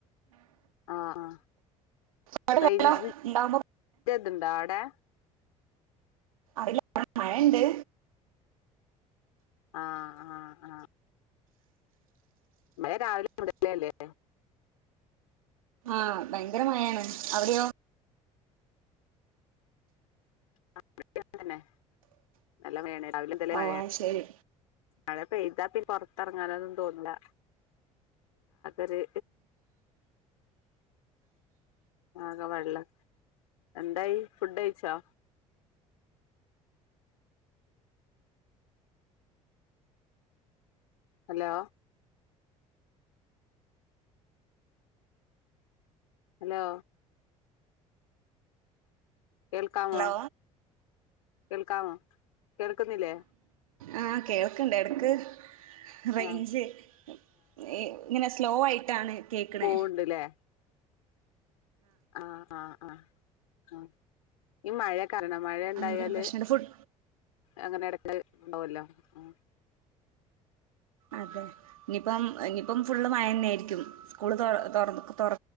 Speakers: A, on the left; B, on the right.
A: ആ ആ
B: അവിടെ
A: റെഞ്ച്ന്
B: വെള്ളം ഇണ്ടാവുമ്പോ
A: ഇദ്ണ്ടാടെ
B: നല്ല മഴണ്ട്
A: ആ ആഹ് ആ മഴ രാവിലെ മുടലേല്ലേ
B: ആ ഭയങ്കര മഴാണ് അവിടെയോ
A: <unintelligible> തന്നെ നല്ല മയണ് രാവില <unintelligible>
B: ഓ
A: മഴയാണ്
B: അത് ശരി
A: മഴ അപ്പ ഇതാപ്പ പൊറത്തിറങ്ങാനൊന്നും തോന്നില്ല ഒര് ആകെ വെള്ളം എന്തായി ഫുഡ് ഐച്ചോ ഹലോ ഹലോ കേൾക്കാമോ
B: ഹലോ
A: കേൾക്കാമോ കേൾക്കുന്നില്ലേ
B: ആ കേൾക്കണ്ട എട്ക്ക് റെഞ്ച്ങ്ങനെ
A: ആഹ്
B: സ്ലോ ആയിട്ടാണ് കേക്ക്ണേ
A: പോവണ്ട്ല്ലേ ആഹ് ആഹ് ആഹ് ആ ഈ മഴ കാരണം മഴ ഉണ്ടായാല്
B: അതിന്റെ ഒരു പ്രശ്നണ്ട് ഫുഡ്
A: അങ്ങനെ ഇടക്ക് ഉണ്ടുമല്ലോ ആ
B: അതെ ഇനിയിപ്പം ഇനിയിപ്പം ഫുള്ള് മയ ന്നെ ആയിരിക്കും സ്കൂള് തൊ തോറ